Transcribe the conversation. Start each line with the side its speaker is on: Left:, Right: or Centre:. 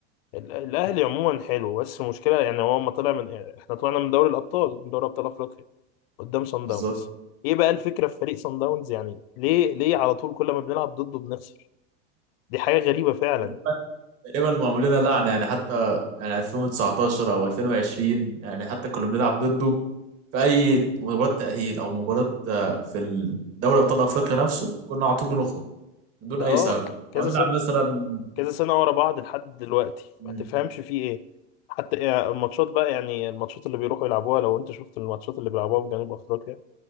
Left: ال- الاهلي عموما حلو بس المشكله يعني هو ما طلع من يعني احنا طلعنا من دوري الابطال من دوري ابطال افريقيا قدام صن
Right: بالظبط
Left: داونز ايه بقى الفكره في فريق صن داونز يعني ليه ليه على طول كل ما بنلعب ضده بنخسر دي حاجه غريبه فعلا
Right: تقريبا تقريباً معمول لنا لعنه يعني حتى يعني 2019 او 2020 يعني حتى كنا بنلعب ضده في اي مباراه تاهيل او مباراه آه، في الدوري ابطال افريقيا نفسه كنا على طول بنخرج من دون
Left: ده
Right: اي
Left: اه
Right: سبب
Left: كذا
Right: او نلعب
Left: سنه
Right: مثلا
Left: كذا سنة ورا بعض لحد دلوقتي
Right: مم.
Left: ما تفهمش فيه ايه حتى يعني الماتشات بقى يعني الماتشات اللي بيروحوا يلعبوها لو انت شفت الماتشات اللي بيلعبوها في جنوب افريقيا